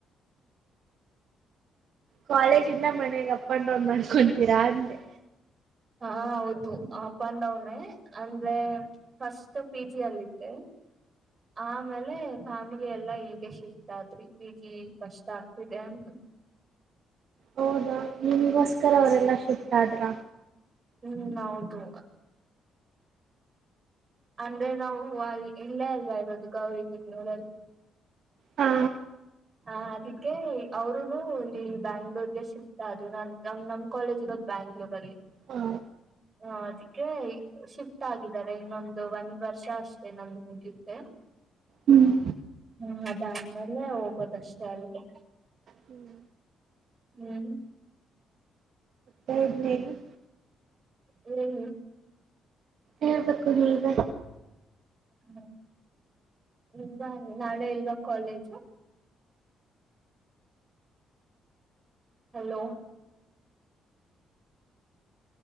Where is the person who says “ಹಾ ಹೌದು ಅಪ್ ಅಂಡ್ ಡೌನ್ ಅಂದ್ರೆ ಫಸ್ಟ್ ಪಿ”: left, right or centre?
Right